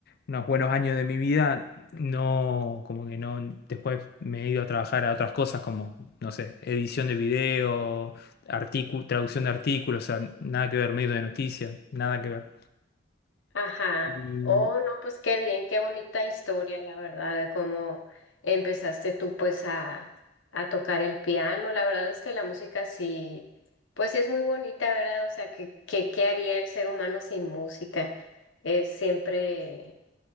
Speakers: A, on the left; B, on the left.
A: unos buenos años de mi vida, no, como que no, después me he ido a trabajar a otras cosas como, no sé, edición de video, artículo, traducción de artículos, o sea, nada que ver, medio de noticias, nada que ver.
B: Ajá.
A: Y,
B: Oh, no, pues qué bien, qué bonita historia, la verdad, de cómo empezaste tú pues a, a tocar el piano. La verdad es que la música sí, pues sí es muy bonita, ¿verdad? O sea, que, que- ¿qué haría el ser humano sin música? Es siempre...